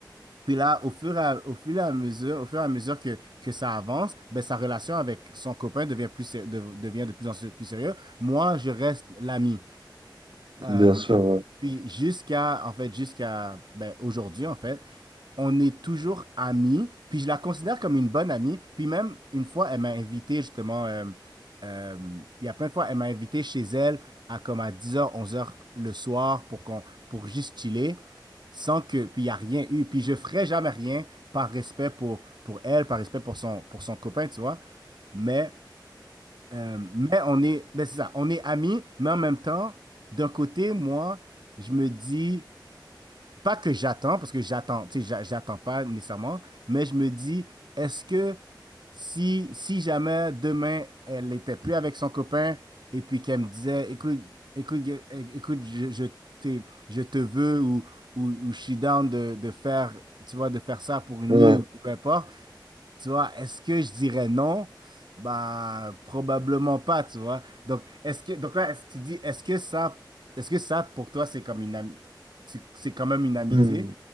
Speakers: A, on the right; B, on the right.
A: puis là, au fur et à, au fur et à mesure, au fur et à mesure que, que ça avance, ben, sa relation avec son copain devient, plus, sé- de- devient de plus en plus sérieux. Moi, je reste l'ami. Euh,
B: Bien sûr, ouais.
A: puis jusqu'à, en fait, jusqu'à ben, aujourd'hui, en fait, on est toujours amis, puis je la considère comme une bonne amie, puis même une fois, elle m'a invité justement, euh, euh, il y a plein de fois, elle m'a invité chez elle à comme à 10h, 11h le soir pour qu'on, pour juste chiller, sans que, puis il n'y a rien eu, puis je ferai jamais rien par respect pour, pour elle, par respect pour son, pour son copain, tu vois, mais, euh, mais on est, ben c'est ça, on est amis, mais en même temps, d'un côté, moi, je me dis, pas que j'attends, parce que j'attends, tu sais, j'a- j'attends pas nécessairement, mais je me dis, est-ce que si, si jamais demain elle était plus avec son copain et puis qu'elle me disait, écoute, écoute, gue- é- écoute, je, je, tu sais, je te veux ou, ou, ou je suis down de, de faire, tu vois, de faire ça pour une
B: Ouais.
A: nuit ou peu importe. Tu vois, est-ce que je dirais non? Bah, probablement pas, tu vois. Donc, est-ce que, donc là, est-ce que tu dis, est-ce que ça, est-ce que ça, pour toi, c'est comme une, am- tu- c'est quand même une amitié?
B: Hmm.